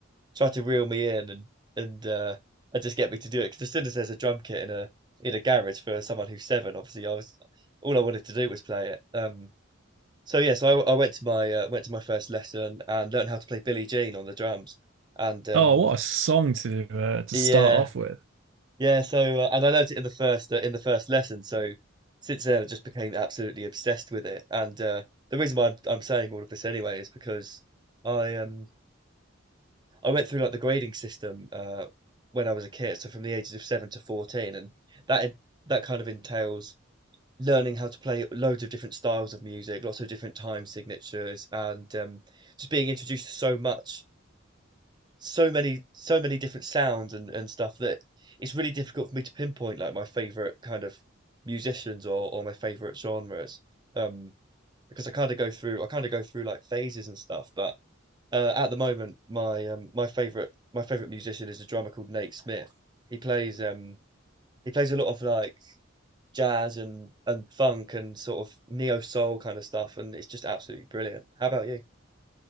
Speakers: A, on the right; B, on the right.
A: Try to reel me in and and uh, and just get me to do it. Because as soon as there's a drum kit in a in a garage for someone who's seven, obviously I was all I wanted to do was play it. Um, so yeah, so I, I went to my uh, went to my first lesson and learned how to play Billie Jean on the drums. And um,
B: Oh, what a song to uh, to
A: yeah,
B: start off with.
A: yeah. So uh, and I learned it in the first uh, in the first lesson. So since then, I just became absolutely obsessed with it. And uh, the reason why I'm, I'm saying all of this anyway is because I um I went through like the grading system uh, when I was a kid, so from the ages of seven to fourteen, and that that kind of entails learning how to play loads of different styles of music, lots of different time signatures, and um, just being introduced to so much, so many, so many different sounds and and stuff that it's really difficult for me to pinpoint like my favorite kind of musicians or or my favorite genres, um, because I kind of go through I kind of go through like phases and stuff, but. Uh, at the moment, my um, my favorite my favorite musician is a drummer called Nate Smith. He plays um he plays a lot of like jazz and and funk and sort of neo soul kind of stuff, and it's just absolutely brilliant. How about you?